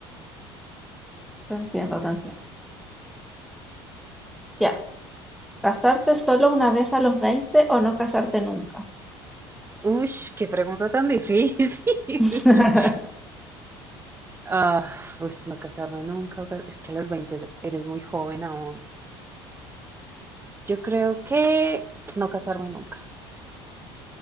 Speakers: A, in the centre; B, on the right.
A: Te entiendo, te entiendo. Ya, casarte solo una vez a los 20 o no casarte nunca.
B: Uy, qué pregunta tan difícil. <laughs>
A: <laughs>
B: Ah, uy, no casarme nunca. o ca- Es que a los 20 eres muy joven aún. Yo creo que no casarme nunca.